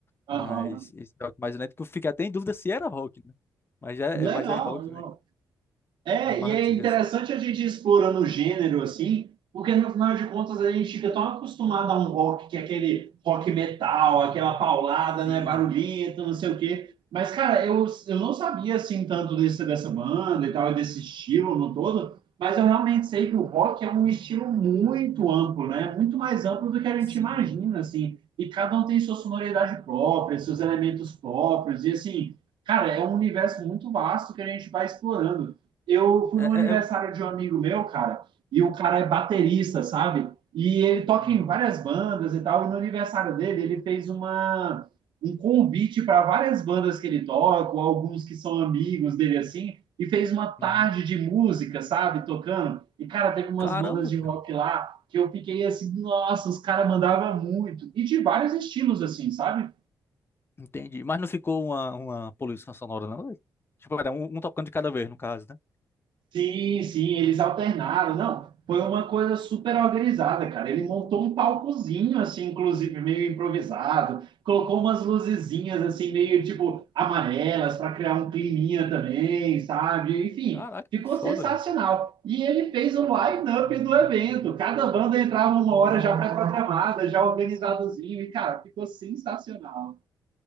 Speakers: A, on the right (about 70°); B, on the left (about 30°).
A: Aham.
B: mais, esse rock mais lento, que eu fiquei até em dúvida se era rock, né? Mas é,
A: Legal,
B: é, mas é rock,
A: legal.
B: né?
A: É,
B: É mais
A: e é
B: antiga,
A: interessante
B: assim.
A: a gente ir explorando o gênero assim, porque no final de contas a gente fica tão acostumado a um rock que é aquele rock metal, aquela paulada,
B: Sim.
A: né, barulhenta, não sei o quê. Mas, cara, eu, eu não sabia assim tanto desse, dessa banda e tal, e desse estilo no todo, mas eu realmente sei que o rock é um estilo muito amplo, né? Muito mais amplo do que a gente
B: Sim,
A: imagina, assim. E cada um tem sua sonoridade própria, seus elementos próprios, e assim, cara, é um universo muito vasto que a gente vai explorando eu fui
B: É,
A: no aniversário
B: é- é
A: de um amigo meu, cara, e o cara é baterista, sabe? E ele toca
B: Uhum,
A: em várias bandas e tal. E no aniversário dele, ele fez uma, um convite para várias bandas que ele toca, ou alguns que são amigos dele assim, e fez uma tarde
B: uhum.
A: de música, sabe? Tocando. E, cara, teve umas
B: Caramba,
A: bandas de
B: cara.
A: rock lá que eu fiquei assim, nossa, os caras mandavam muito. E de vários estilos, assim, sabe?
B: Entendi. Mas não ficou uma, uma poluição sonora, não, velho? Tipo, era um, um tocando de cada vez, no caso, né?
A: Sim, sim, eles alternaram. Não, foi uma coisa super organizada, cara. Ele montou um palcozinho, assim, inclusive meio improvisado, colocou umas luzezinhas, assim, meio tipo amarelas, para criar um climinha também, sabe? Enfim,
B: Caraca,
A: ficou
B: que foda,
A: sensacional.
B: velho.
A: E ele fez o line-up do evento. Cada banda entrava uma hora já pré-programada, já organizadozinho, e, cara, ficou sensacional.